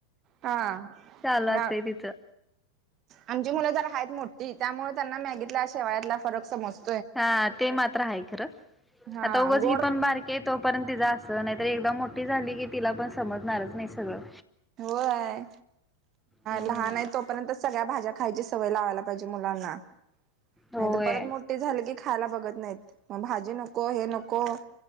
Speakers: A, on the right; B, in the centre.
A: हा
B: चालू असतंय तिचं
A: आमची मुलं जरा आहेत मोठ त्यामुळे त्यांना मॅगीतला शेवायातला फरक समजतो.
B: हा ते मात्र आहे खरं
A: हा
B: आता उगच
A: गोड
B: ही पण बारकी आहे तोपर्यंत तिचं असं नाही तर एकदा मोठी झाली की तिला पण समजणारच नाही सगळं
A: होय
B: हम्म
A: लहान आहे तोपर्यंत सगळ्या भाज्या खायच्या. सवय लावयला पाहिजे. मुलांना
B: होय
A: नाहीतर परत मोठी झाली की खायला बघत नाहीत. मग भाजी नको हे नको